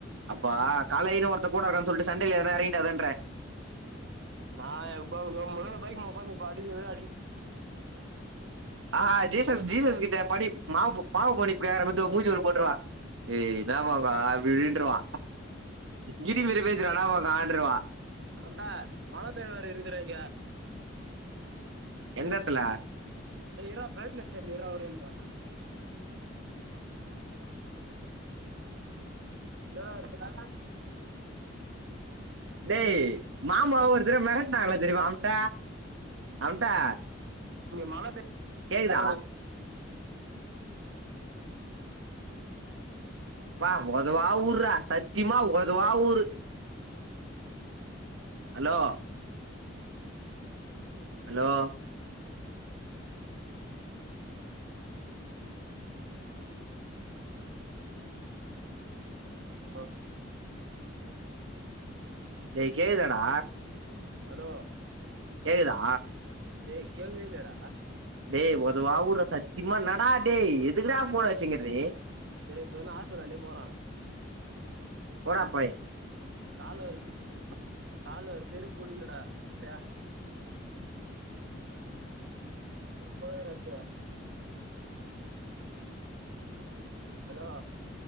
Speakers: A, on the right (about 85°); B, on the right (about 65°).
A: அப்பா காலையிலு ஒருத்த கூட இருக்கான் சொல்ட்டு சண்டேல எதனா எறங்கிடாதன்ற
B: நா <unintelligible>
A: ஆ ஆ ஜீசஸ் ஜீசஸ் கிட்ட படி மாவுபு பாவ் மன்னிப்பு கேக்ற முத்து மூஞ்சில ஒன்னு போட்ருவா ஏ என்னாமோங்கா அப்டின்றுவா கிரிமிரி பேசறானா அவங்கான்ட்ருவா
B: அவந்தா மனத்தேர்வாரு இருக்ற இங்க
A: எந்தெடத்துல
B: டே இர்றா ப்ரைட்னஸ் சேர்து இர்றா ஒரே நிம்ச இன்னடா வர சொன்னே
A: டேய் மாமா ஒருத்தர மெரட்னாங்களா தெரியுமா அம்ட அம்டா
B: மல தே
A: கேக்குதா பா ஒதவா ஊர்ரா சத்தியமா ஒதவா ஊரு ஹலோ ஹலோ
B: அ
A: டேய் கேக்குதாடா
B: ஹலோ
A: கேக்குதா
B: டேய் கேக்கவே இல்லாட
A: டேய் ஒதவா ஊர்ரா சத்திமா என்னடா டேய் எதுக்குடா ஃபோன வச்சிங்கிற நீ
B: டே டேய் இப்பதா ஆஸ்பத்திரியாண்டே போற
A: போட போய்
B: கால்ல ஒரு செ கால்ல ஒரு செருப் கூட இல்ல டா ச்சே வெறுப்பா இருக்குடா ராஜ்ச ஹலோ